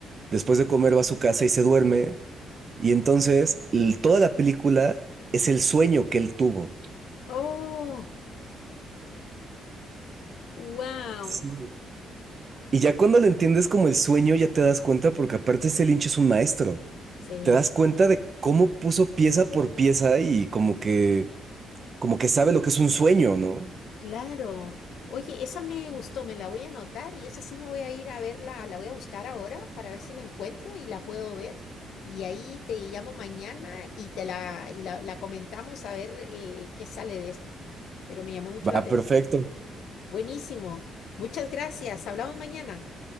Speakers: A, on the right (about 40°); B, on the left (about 75°).
A: Después de comer va a su casa y se duerme. Y entonces l- toda la película es el sueño que él tuvo.
B: Oh. <laughs> Wow.
A: Sí. Y ya cuando lo entiendes como el sueño, ya te das cuenta, porque aparte este Lynch es un maestro.
B: Sí.
A: Te das cuenta de cómo puso pieza por pieza y como que, como que sabe lo que es un sueño, ¿no?
B: Claro. Oye, esa me gustó, me la voy a anotar y esa sí me voy a ir a verla, la voy a buscar ahora para ver si la encuentro y la puedo ver. Y ahí te llamo mañana y te la, y la, la comentamos a ver eh, qué sale de esto. Pero me llamó mucho
A: Va,
B: la atención.
A: perfecto.
B: Buenísimo. Muchas gracias. Hablamos mañana.